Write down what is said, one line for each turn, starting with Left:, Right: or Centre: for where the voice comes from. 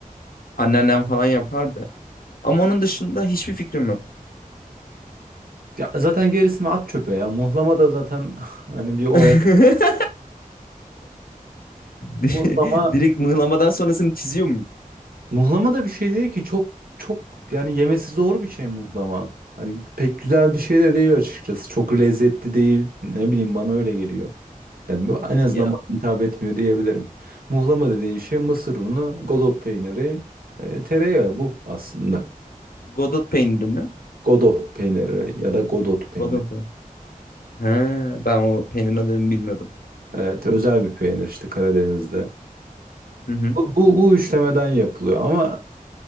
Left: Anneannem falan yapardı. Ama onun dışında hiçbir fikrim yok.
Right: Ya zaten gerisini at çöpe ya. Muhlama da zaten <laughs> hani bir olay
Left: <laughs> Di-
Right: Muhlama
Left: Direkt mıhlamadan sonrasını çiziyor muyuz?
Right: muhlama da bir şey değil ki çok çok yani yemesi zor bir şey muhlama. Hani pek güzel bir şey de değil açıkçası. Çok lezzetli değil. Ne bileyim bana öyle geliyor. Yani bu- en azından
Left: Ya
Right: bana hitap etmiyor diyebilirim. Muhlama dediğin şey mısır unu, godot peyniri, e, tereyağı bu aslında.
Left: Godot peyniri mi?
Right: Godot peyniri ya da godot peyniri.
Left: Godot peyniri. He, ben o peynirin adını bilmiyordum.
Right: Evet, özel bir peynir işte Karadeniz'de.
Left: Hı hı.
Right: Bu, bu, bu işlemeden yapılıyor ama